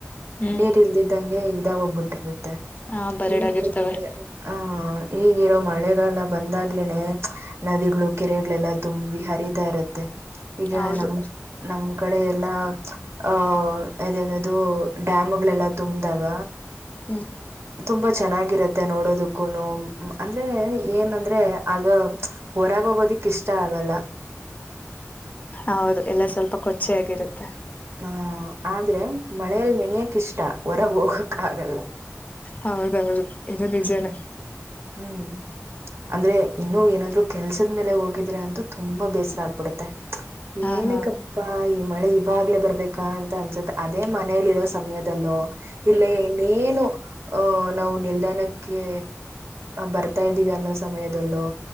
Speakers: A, on the left (about 30°); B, on the right (about 60°).
A: ಹ್ಮ್
B: ನೀರ್ ಇಲ್ದಿದ್ದಂಗೆ ಇದಾಗ ಹೋಗ್ಬಿಟ್ಟಿ
A: ಆ ಬರಡಾಗಿರ್ತವೆ
B: ಈಗಿ ಹ ಈಗಿರೋ ಮಳೆ ಈಗಲ್ಲ ಬಂದಾಗ್ಲೇನೆ ನದಿಗಳು ಕೆರೆಗಳೆಲ್ಲ ತುಂಬಿ ಹರಿತಾ ಇರುತ್ತೆ ಈಗ
A: ಹೌದು
B: ನಮ ನಮ್ ಕಡೆ ಎಲ್ಲಾ ಅಹ ಅದನದು ಡ್ಯಾಮ್ಗಳೆಲ್ಲ ತುಂಬ್ದಾಗ
A: ಹ್ಮ್
B: ತುಂಬಾ ಚೆನ್ನಾಗಿರುತ್ತೆ ನೋಡೋದಕ್ಕೂ ಅಂದ್ರೆ ಏನಂದ್ರೆ ಆಗ ಹೊರಾಗೋಗೋದಿಕ್ ಇಷ್ಟ ಆಗಲ್ಲ
A: ಹೌದು ಎಲ್ಲ ಸ್ವಲ್ಪ ಕೊಚ್ಚೆ ಆಗಿರುತ್ತೆ
B: ಹಹ ಆದ್ರೆ ಮಳೇಯಲ್ಲಿ ನೆಣೆಯಕ್ ಇಷ್ಟ ಹೊರಗ್ ಹೋಗಕ್ ಆಗಲ್ಲ
A: ಹೌದೌದು ಇದು ನಿಜಾನೇ
B: ಹ್ಮ್ ಹ್ಮ್ ಅಂದ್ರೆ ಇನ್ನುೂ ಏನಾದ್ರು ಕೆಲ್ಸದ ಮೇಲೆ ಹೋಗಿದ್ರೆ ಅಂತೂ ತುಂಬಾ ಬೇಸರ ಆಗ್ಬಿಡುತ್ತೆ
A: ಹಾ
B: ಏನಕ್ಕಪ್ಪಾ
A: ಹಾ
B: ಈ ಮಳೆ ಬಾಗ್ಲೆ ಬರ್ಬೇಕಾ ಅಂತ ಅನ್ಸತ್ತೆ ಅದೇ ಮನೇಲಿರೋ ಸಮಯದಲ್ಲೋ ಇಲ್ಲೇ ಇನ್ನೇನು ಅಹ ನಾವು ನಿಲ್ದಾಣಕ್ಕೆ ಬರ್ತಾದೀವಿ ಅನ್ನ ಸಮಯದಲ್ಲೋ